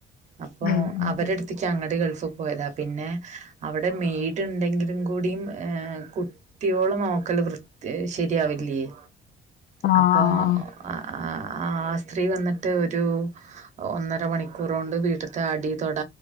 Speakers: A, on the right; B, on the left.
A: അപ്പൊ
B: ഉം ഉം
A: അവരെടുത്ത്ക് ച്ചങ്ങട് ഗൾഫി പോയതാ പിന്നെ അവിടെ മെയ്ട് ണ്ടെങ്കിലും കൂടീം ഏഹ് കുട്ട് ട്ടിയോളെ നോക്കല് വൃത്തി ശരിയാവില്ലേയ്
B: ഉം ആഹ്
A: അപ്പൊ ആ..... സ്ത്രീ വന്നിട്ട് ഒരു ഒന്നര മണി കുറോണ്ട് വീട്ട്ത്തെ അടി തൊട